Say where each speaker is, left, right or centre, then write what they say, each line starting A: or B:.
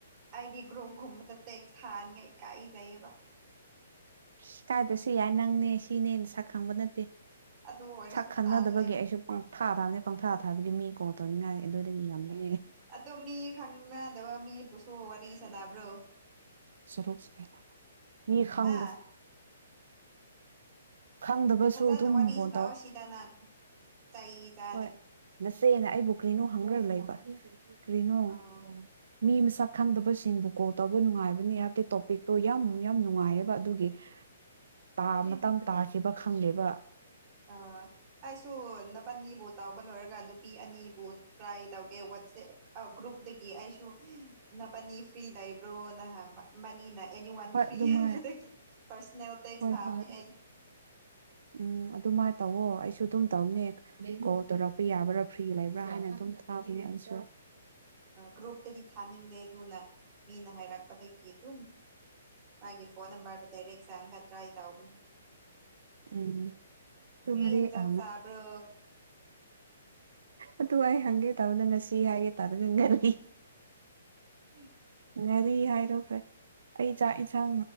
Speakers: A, on the right; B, on the right.
A: ꯑꯥꯏꯗꯤ ꯒ꯭ꯔꯨꯞ ꯒꯨꯝꯕꯗ ꯐꯦꯛ ꯁꯥꯅꯤꯉꯥꯏ ꯀꯥꯏꯖꯩꯌꯦꯕ
B: ꯁ ꯀꯥꯏꯗ ꯁꯤ ꯌꯥ ꯅꯪꯅꯦ ꯁꯤꯅꯦ ꯁꯛ ꯁ ꯈꯪꯕ ꯅꯠꯇꯦ
A: ꯑꯗꯨ ꯑꯣꯏꯔꯁꯨ
B: ꯁꯛ ꯈꯪꯅꯗꯕꯒꯤ
A: ꯇꯜꯂꯦꯕ
B: ꯑꯩꯁꯨ ꯄꯪꯊꯥ ꯊꯥꯕꯅꯦ ꯄꯪꯊꯥ ꯊꯥꯕꯗꯤ ꯃꯤ ꯄꯣ ꯇꯧꯅꯤꯡꯉꯥꯏ ꯑꯗꯨꯗꯤ ꯌꯥꯝꯃꯤ
A: ꯑꯣ ꯃꯤ ꯈꯪꯅꯗꯕ ꯃꯤꯕꯨꯁꯨ ꯋꯥꯔꯤ ꯁꯥꯟꯅꯕ꯭ꯔꯣ
B: ꯁꯣꯛ ꯃꯤ ꯈꯪꯗ
A: ꯍꯥ
B: ꯈꯪꯗꯕꯁꯨ
A: ꯐꯖꯅ
B: ꯑꯗꯨꯝ
A: ꯋꯥꯔꯤ
B: ꯐꯣꯟ
A: ꯁꯥꯟꯅꯧ
B: ꯇꯧ
A: ꯁꯤꯗ ꯅꯪ ꯆꯩ ꯆꯥꯅꯤ
B: ꯍꯣꯏ ꯅꯁꯦꯅ ꯑꯩꯕꯨ ꯀ꯭ꯔꯤꯅꯣ ꯍꯪꯈ꯭ꯔ ꯂꯩꯕ ꯀꯔꯤꯅꯨ
A: ꯑꯥꯎ
B: ꯃꯤ ꯃꯁꯛ ꯈꯪꯗꯕꯁꯤꯡꯕꯨ ꯀꯣꯜ ꯇꯧꯕ ꯅꯨꯡꯉꯥꯏꯕꯅꯤ ꯍꯥꯏꯕꯗꯤ ꯇꯣꯄꯤꯛꯇꯣ ꯌꯥꯝ ꯌꯥꯝ ꯅꯨꯡꯉꯥꯏꯌꯦꯕ ꯑꯗꯨꯒꯤ ꯇꯥ ꯃꯇꯝ ꯇꯥꯈꯤꯕ ꯈꯪꯉꯦꯕ
A: ꯑꯥ ꯑꯩꯁꯨ ꯅꯄꯅꯤꯐꯥꯎ ꯇꯥꯎꯕ ꯂꯣꯏꯔꯒ ꯑꯗꯨ ꯄꯤ ꯑꯅꯤꯕꯨ ꯇ꯭ꯔꯥꯏ ꯇꯧꯒꯦ ꯋꯥꯆꯦꯞ ꯒ꯭ꯔꯨꯞꯇꯒꯤ ꯑꯩꯁꯨ ꯅꯅꯕꯅꯤ ꯐ꯭ꯔꯤ ꯂꯩ ꯭ꯔꯣꯅ ꯍꯕ ꯃꯅꯤꯅ ꯑꯦꯅꯤ ꯋꯥꯟ
B: ꯍꯣꯏ
A: ꯐ꯭ꯔꯤ
B: ꯑꯗꯨꯃꯥꯏ
A: ꯍꯥꯏꯕꯗꯒꯤ ꯄꯔꯁꯣꯅꯦꯜ ꯇꯦꯛꯁ
B: ꯍꯣꯏ
A: ꯍꯥꯕꯅꯦ
B: ꯍꯣꯏ
A: ꯑꯩ
B: ꯎꯝ ꯑꯗꯨꯃꯥꯏꯅ ꯇꯧꯋꯣ ꯑꯩꯁꯨ ꯑꯗꯨꯝ ꯇꯧꯅꯤ ꯀꯣꯜ ꯇꯧꯔꯛꯄ ꯌꯥꯕ꯭ꯔꯥ ꯐꯤ ꯂꯩꯕ꯭ꯔꯥ ꯍꯥꯏꯅ ꯑꯗꯨꯝ ꯊꯥꯈꯤꯅꯦ ꯑꯩꯁꯨ
A: ꯒ꯭ꯔꯨꯞꯇꯗꯤ ꯊꯥꯅꯤꯡꯗꯦ ꯑꯗꯨꯅ ꯃꯤꯅ ꯍꯥꯏꯔꯛꯄꯗꯒꯤ ꯑꯗꯨꯝ ꯍꯥꯏꯦ ꯐꯣꯟꯝꯕꯕꯥꯔ ꯇꯩꯔꯦꯛꯁ ꯍꯪ ꯍꯥꯠꯇ ꯍꯥꯏꯥꯏꯇ ꯍꯒꯅꯤ
B: ꯎꯝ ꯑꯗꯨ
A: ꯀ꯭ꯔꯤꯍꯖꯪ
B: ꯉꯔꯤ ꯑ
A: ꯆꯕ꯭ꯔꯣ
B: ꯑꯗꯨ ꯑꯩ ꯍꯪꯒꯦ ꯇꯧꯕꯗ ꯉꯁꯤ ꯍꯥꯏꯒꯦ ꯇꯥꯅ ꯈꯪ ꯉꯔꯤ
A: ꯎꯝ
B: ꯉꯥꯔꯤ ꯍꯥꯏꯔꯣ ꯐ꯭ꯔꯦ ꯑꯩ ꯆꯥꯛ ꯌꯦꯟꯁꯥꯡ